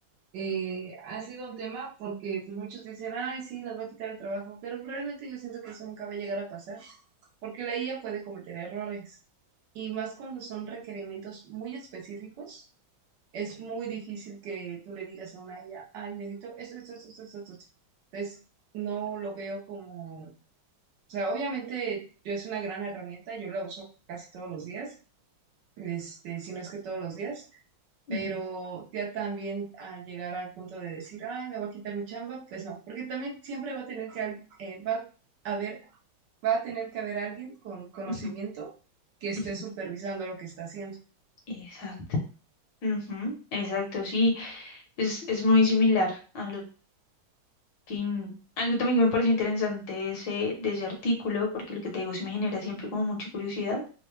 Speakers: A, on the right (about 70°); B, on the left (about 70°).
A: eh, ha sido un tema porque pues, muchos dicen, ay, sí, nos va a quitar el trabajo, pero realmente yo siento que eso nunca va a llegar a pasar, porque la IA puede cometer errores, y más cuando son requerimientos muy específicos, es muy difícil que tú le digas a una IA, ay, necesito esto, esto, esto, esto, esto. esto". Entonces, no lo veo como, o sea, obviamente yo es una gran herramienta, yo la uso casi todos los días, este, si no es que todos los días,
B: Ujú,
A: pero ya también al llegar al punto de decir, ay, me va a quitar mi chamba, pues no, porque también siempre va a tener que, al- eh, va a haber, va a tener que haber alguien con conocimiento
B: ujú,
A: que esté
B: ujú.
A: supervisando lo que está haciendo.
B: Exacto. Ujú, exacto, sí, es, es muy similar a lo que... mm, Algo también que me pareció interesante de ese, de ese artículo, porque lo que te digo sí me genera siempre como mucha curiosidad,